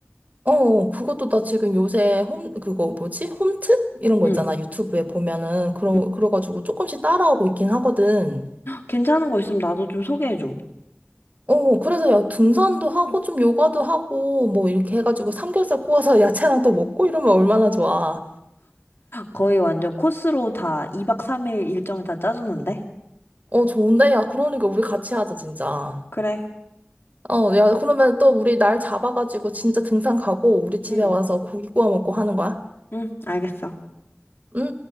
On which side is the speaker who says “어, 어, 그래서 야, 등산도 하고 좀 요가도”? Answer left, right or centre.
Right